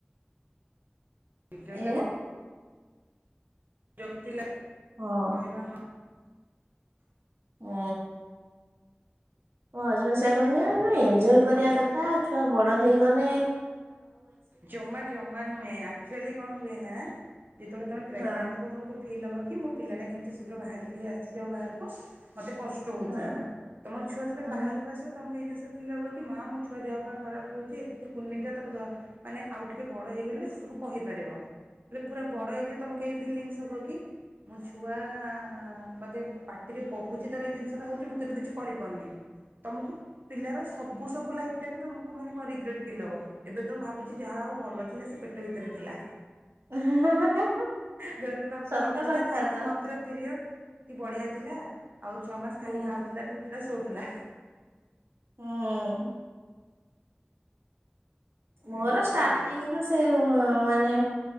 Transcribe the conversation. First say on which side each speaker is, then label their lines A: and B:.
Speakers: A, on the right (about 50°); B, on the right (about 75°).
A: <unintelligible>
B: ଆଜ୍ଞା
A: ବିରକ୍ତି ଲାଗ
B: ହଁ।
A: କହିଵାର ନ
B: ହୁଁ ମୋ ହଜବେଣ୍ଡ ସେଆ କହନ୍ତି।
A: ଏଇଆ
B: ଏନଜୋଏ
A: ଆଉ
B: କରିବା
A: କଣ
B: କଥା ଛୁଆ ବଡ ହେଇଗନେ।
A: ଜମା ଜମା ନୁହେ। ଏକଚାଲି କଣ ହୁଏ ନା ଯେତେବେଳେ ତମେ ପ୍ରେଗନେଣ୍ଟ
B: ହଁ
A: ଥିବ ତମକୁ ଫିଲ୍ ହେବ କି ମୋ ପିଲାଟା କିନ୍ତିୁ ଶୀଘ୍ର ବାହାରିକି ଆସିଯାଉ ବାହାରକୁ ମୋତେ କଷ୍ଟ ହେଉଚେ
B: ହଁ
A: ତମ ଛୁଆ ଯେତେବେଳେ
B: ହଁ
A: ବାହାରକୁ ଆସିବ ତମକୁ ଫିଲ୍ ହେବକି ମା ମୋ ଛୁଆ ଦେହ ପାଇଁ ଖରାପ ହଉଛି। ଏତେ କୁନି ଟା ତାକୁ ଧର ମାନେ ଆଉ ଟିକେ ବଡ଼ ହେଇଗଲେ ସବୁ କହିପାରିବ। ପୁରା ବଡ ହେଇଯିବ। ତମକୁ ଏଇ ଫିଲିଙ୍ଗସ ହେବକି, ମୋ ଛୁଆ ବାଗେ ପାଟିରେ କହୁଛି ତାର ଏ ଜିନିଷଟା ହେଉଛି। ମୁଁ କିନ୍ତୁ କିଛି କରିପାରୁନି। ତମକୁ ପିଲାର ସବୁ ସବୁ ଲାଇଫଟାକୁ ତମକୁ ମାନେ ରିଗ୍ରେଟେ ଫିଲ ହେବ ଏବେ ତମେ ଭାବୁ ଯାହା ଆଉ ଭଲ ଥିଲା ସେ ପେଟ ଭିତରେ ଥିଲା।
B: ହଁ।
A: ବେଳେ ବଳେ ଭାବୁଛି
B: ସତ
A: ଭଲ ଥିଲା
B: କଥା
A: ସିକ୍ସ
B: ତ
A: ମଂଥର ପିରିଅଡ କି ବଢିଆ ଥିଲା। ଆଉ ଛଅ ମାସ ଖାଲି
B: ହୁଁ
A: ଖାଉଥିଲା ପିଉଥିଲା ଶଉଥିଲା।
B: ହଁ। ମୋର
A: ଏଇଭଳିଆ
B: ଷ୍ଟାଟିଙ୍ଗ
A: ଆଉ।
B: ରୁ ସେ ହଁ ମାନେ